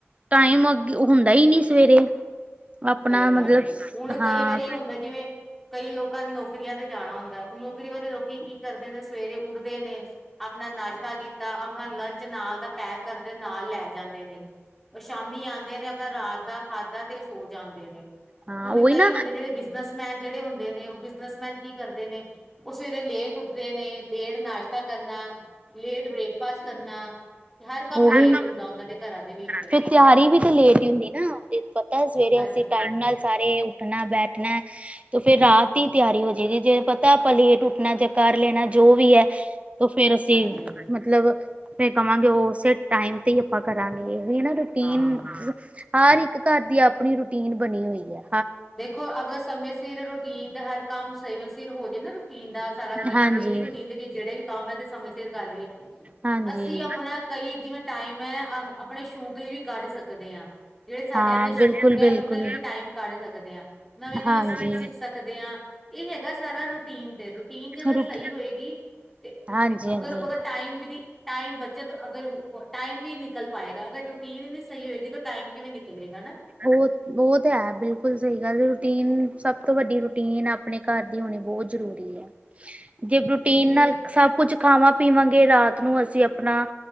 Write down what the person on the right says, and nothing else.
ਟਾਈਮ ਅੱਗੇ ਹੁੰਦਾ ਈ ਨੀ ਸਵੇਰੇ। ਆਪਣਾ
ਮਤਲਬ
ਹਾਂ
ਹਾਂ
ਉਹੀ
ਨਾ
ਓਹੀ
ਤੇ ਤਿਆਰੀ ਵੀ ਤੇ ਲੇਟ ਈ ਹੁੰਦੀ ਨਾ ਓੰਦੇ ਪਤੈ ਸਵੇਰੇ
ਅਸੀਂ ਟਾਈਮ
ਨਾਲ ਸਾਰੇ ਉੱਠਣਾ ਬੈਠਣੈ ਤੇ ਫੇਰ ਰਾਤ ਈ ਤਿਆਰੀ ਹੋ ਜੇਗੀ, ਜੇ ਪਤੈ ਅਪਾ ਲੇਟ ਉੱਠਣੈ ਜਾਂ ਕਰ ਲੈਣਾ ਜੋ ਵੀ ਐ ਤੋਂ ਫੇਰ ਅਸੀਂ
ਮਤਲਬ ਫੇ ਕਵਾਂਗੇ ਓ ਸਿਟ ਟਾਈਮ ਤੇ ਈ ਅਪਾਂ ਕਰਾਂਗੇ, ਏਹੋ ਈ ਨਾ ਰੂਟੀਨ
ਹਰ ਇੱਕ ਘਰ ਦੀ ਆਪਣੀ ਰੂਟੀਨ ਬਣੀ ਹੋਈ ਐ।
ਹਾਂਜੀ
ਹਾਂਜੀ
ਹਾਂ
ਬਿਲਕੁਲ
ਬਿਲਕੁਲ
ਹਾਂਜੀ
ਰੂਟੀ
ਹਾਂਜੀ
ਹਾਂਜੀ
ਬਹੋਤ ਬੋ ਤੇ ਹੈ, ਬਿਲਕੁੱਲ ਸਹੀ ਗੱਲ ਏ। ਰੂਟੀਨ ਸਭ ਤੋਂ ਵੱਡੀ ਰੂਟੀਨ ਆਪਣੇ ਘਰ ਦੀ ਹੋਣੀ ਬੋਤ ਜ਼ਰੂ ਰੀ ਐ ਜੇ ਰੂਟੀਨ
ਨਾਲ ਸਭ ਕੁੱਝ ਖਾਵਾਂ-ਪੀਵਾਂਗੇ ਰਾਤ ਨੂੰ ਅਸੀਂ ਅਪਣਾ